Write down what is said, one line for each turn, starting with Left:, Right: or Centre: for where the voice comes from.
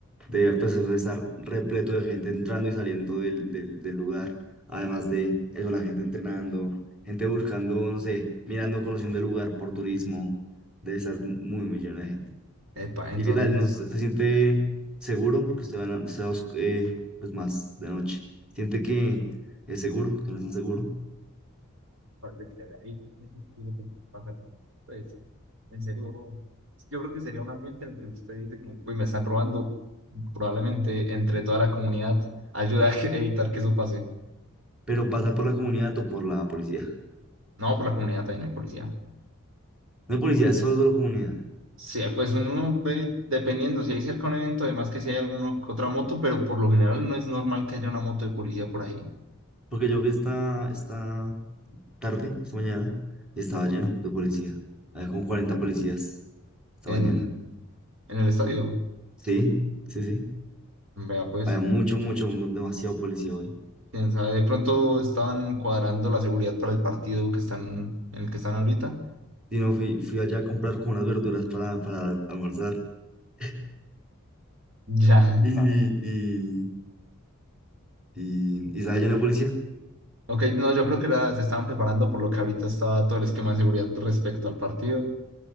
Centre: de, pues eso de estar repleto de gente entrando y saliendo del, del, del lugar. Además de eso, la gente entrenando, gente buscando, no sé, mirando, conociendo el lugar por turismo. Debe estar muy, muy lleno de gente.
Right: Epa, entonces...
Centre: ¿Y qué tal? ¿No se, se siente seguro? Porque usted va, en la- usted va os- eh, pues más de noche. ¿Siente que es seguro? ¿Que no es tan seguro?
Right: Aparte que ahí tiene que pasar. Pues, en serio, yo creo que sería un ambiente en el que usted dice, como, uy, me están robando. Probablemente entre toda la comunidad ayuda a que- evitar que eso pase.
Centre: Pero pasa por la comunidad o por la policía.
Right: No, por la comunidad también hay policía.
Centre: No hay policía, es solo, solo comunidad.
Right: Sí, pues uno ve, dependiendo, si hay cerca un evento, además que si hay alguna que otra moto, pero por lo general no es normal que haya una moto de policía por ahí
Centre: Porque yo vi esta, esta tarde, esta mañana, y estaba lleno de policía. Había como 40 policías esta
Right: en,
Centre: mañana.
Right: en el estadio.
Centre: Sí, sí, sí.
Right: Vea, pues,
Centre: Había mucho, mucho, demasiado policía hoy.
Right: quién sabe, de pronto estaban cuadrando la seguridad para el partido que están, en el que están ahorita
Centre: Y no, fui, fui allá a comprar como unas verduras para, para almorzar. <laughs>
Right: Ya.
Centre: Y, y, y, y estaba lleno de policía.
Right: Ok, no, yo creo que era- se estaban preparando por lo que ahorita estaba todo el esquema de seguridad respecto al partido.